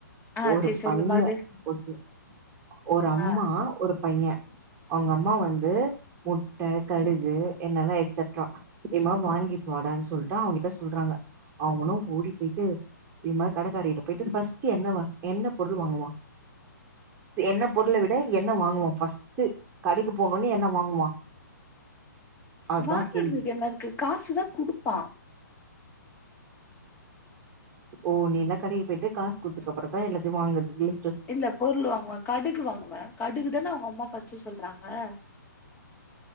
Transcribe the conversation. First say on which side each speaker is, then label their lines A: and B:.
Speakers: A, on the left; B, on the right.
A: ஆ
B: ஒரு
A: சேரி சொல்லு
B: பைய
A: மறுபடியு
B: ஒகே ஒரு அம்மா
A: ஆ
B: ஒரு பைய அவுங்க அம்மா வந்து முட்ட கடுகு என்னல்லா சட்றா இ மா வாங்கிட் வாடான் சொல்ட்டா அவங்கிட்ட சொல்றாங்க அவனு ஓடி போயிட்டு இ மா கடைக்காரகிட்ட போயிட்டு ஃபஸ்ட் என்ன வா என்ன பொருள் வாங்குவா என்ன பொருள விட என்ன வாங்குவா ஃபஸ்ட்டு கடைக்கு போனோனே என்ன வாங்குவா அதா
A: வாங்கறதுக்கு
B: கேள்வி
A: என்ன இருக்கு காசுதா குடுப்பா
B: ஓ நீல்லா கடைக்கு போயிட்டு காசு குத்ததுக்கப்புறதா எல்லாத்தையு வாங்குறது இல்
A: இல்ல பொருள் வாங்குவ கடுகு வாங்குவ கடுகு தான அவ் அம்மா ஃபஸ்ட்டு சொல்றாங்க